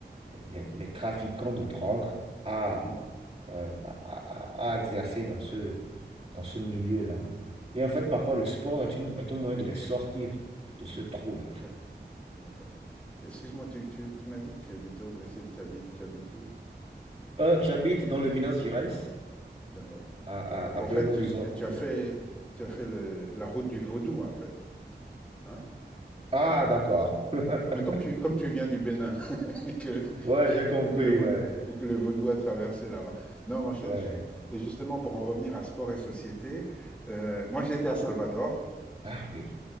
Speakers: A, on the right; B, in the centre.
A: les, les trafiquants de drogue à,
B: Mhm.
A: euh, à, à- à exercer dans ce, dans ce milieu-là. Et en fait,
B: D'accord,
A: parfois, le sport est, une, est un moyen de les sortir de ce trou-là.
B: d'accord, d'accord. Excuse-moi, tu, tu, tu m'as dit que tu habitais au Brésil, tu habites, tu habites où?
A: Euh, j'habite dans le Minas Gerais.
B: D'accord.
A: à,
B: Donc
A: à, à
B: en
A: Belo
B: fait, tu,
A: Horizonte.
B: tu- tu
A: ouais.
B: as fait, tu as fait le, la route du vaudou, en fait. Hein?
A: Ah, d'accord. <laughs>
B: Mais comme tu, comme tu viens du Bénin <laughs> et que,
A: Ouais, j'ai compris,
B: et que le vaudou,
A: ouais.
B: et que le vaudou a traversé là-bas. Non, moi, je-
A: Ouais.
B: je- et justement, pour en revenir à sport et société, euh, moi j'étais à Salvador.
A: Ah oui,